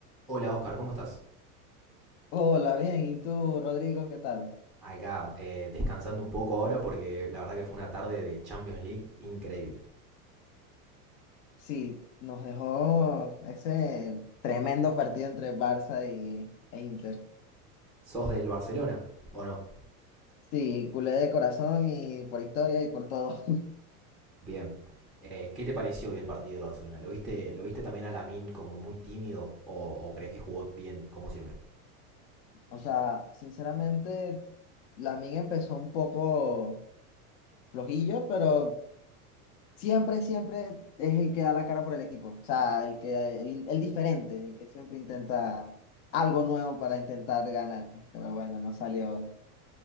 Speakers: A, in the centre; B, on the left.
A: Hola Oscar, ¿cómo estás?
B: Hola, bien. ¿Y tú, Rodrigo, qué tal?
A: Acá, eh, descansando un poco ahora porque la verdad que fue una tarde de Champions League increíble.
B: Sí, nos dejó ese tremendo partido entre Barça y, e Inter.
A: ¿Sos del Barcelona o no?
B: Sí, culé de corazón y por historia y por todo. <laughs>
A: Bien. Eh, ¿qué te pareció hoy el partido del Barcelona? ¿Lo viste, lo viste también a Lamine como muy tímido o, o crees que jugó bien como siempre?
B: O sea, sinceramente, Lamine empezó un poco flojillo, pero siempre, siempre es el que da la cara por el equipo. O sea, el que, el, el diferente, el que siempre intenta algo nuevo para intentar ganar. Pero bueno, no salió hoy.